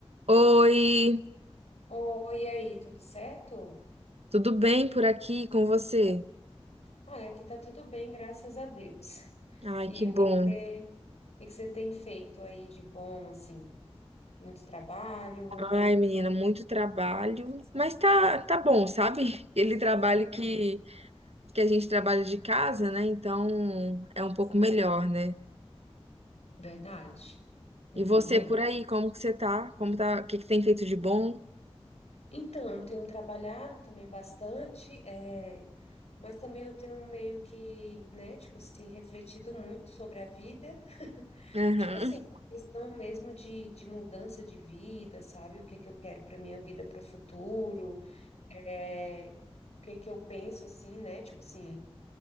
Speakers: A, on the right; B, on the left.
A: Oi,
B: Oi, e aí, tudo certo?
A: tudo bem por aqui com você?
B: Ah, aqui tá tudo bem, graças a Deus.
A: Ai,
B: E
A: que bom.
B: o que que você, o que que você tem feito aí de bom, assim? Muito trabalho?
A: Ai, menina, muito trabalho, mas tá, tá bom, sabe? <laughs> Ele trabalho
B: Uhum,
A: que, que a gente trabalha de casa, né? Então é um pouco
B: sim,
A: melhor, né?
B: Verdade. É
A: E você
B: bem bom.
A: por aí, como que você tá? Como tá? O que que tem feito de bom?
B: Então, eu tenho trabalhado também bastante, é, mas também eu tenho meio que, né, tipo assim, refletido muito sobre a vida. <laughs>
A: Aham,
B: Tipo assim, questão mesmo de, de mudança de vida, sabe? O que que eu quero para minha vida, para o futuro. é, o que que eu penso assim, né? Tipo assim,